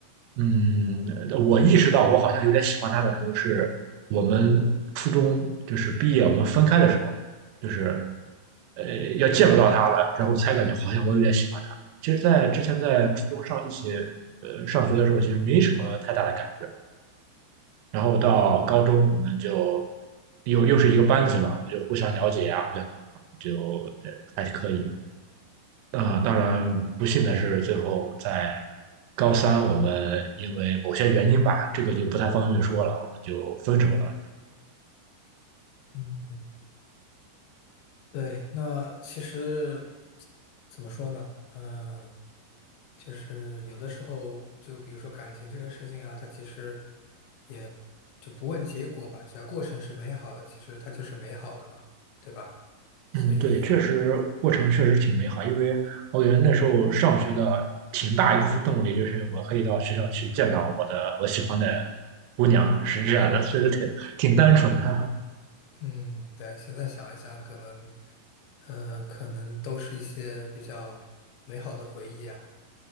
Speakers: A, on the right (about 85°); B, on the left (about 80°).
A: 嗯，我意识到我好像有点喜欢他的时候，是我们初中就是毕业我们分开的时候，就是呃要见不到他了，
B: 嗯
A: 然后才感觉好像我有点喜欢他。其实，在之前在初中上一起呃上学的时候，其实没什么太大的感觉。然后到高中，我们就又又是一个班级嘛，我们就互相了解啊，互相就呃还是可以。啊、当然不幸的是，最后在高三，我们因为某些原因吧，这个就不太方便说了，我们就分手了。
B: 嗯。对，那其实怎么说呢？嗯、就是有的时候，就比如说感情这个事情啊，它其实也就不问结果吧，只要过程是美好的，其实它就是美好的嘛，对吧？所以，
A: 嗯，对，确实过程确实挺美好，因为我觉得那时候上学的挺大一部分动力就是我可以到学校去见到我的我喜欢的姑娘，是这样的，确实挺挺单纯的。<laughs>
B: 嗯，对，现在想一想，可能，呃，可能都是一些比较美好的回忆啊，